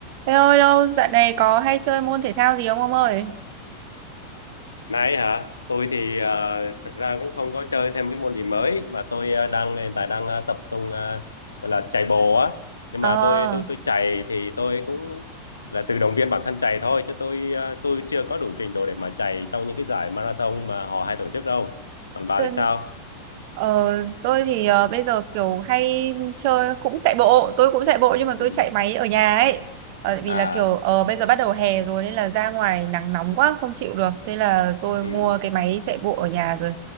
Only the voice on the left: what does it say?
Nãy hả? Tôi thì à, thật ra cũng không có chơi thêm cái môn gì mới mà tôi à, đang hiện tại đang à, tập trung à, gọi là chạy bộ á. Nhưng
mà tôi tôi tôi chạy thì tôi cũng là tự động viên bản thân chạy thôi chứ tôi à, tôi chưa có đủ trình độ để mà chạy trong những cái giải marathon mà họ hay tổ chức đâu. Còn bà
thì sao?
Ừ.
À,
ừ.